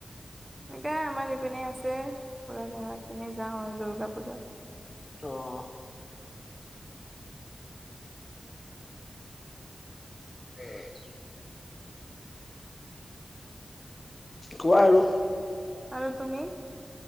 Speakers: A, on the right (about 20°); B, on the left (about 40°).
A: সেকাই আমাৰ ইপিনে আছে ঘৰৰ ইপিনে যাওঁ আৰু দুৰ্গা পূজা।
B: অহ, উম, <unintelligible> কোৱা আৰু?
A: আৰু তুমি?